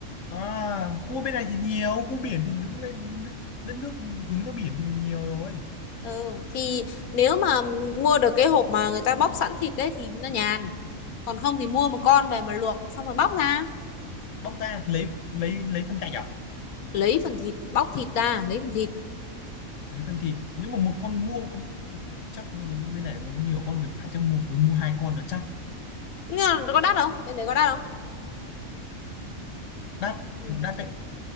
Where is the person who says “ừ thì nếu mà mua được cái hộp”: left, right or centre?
Left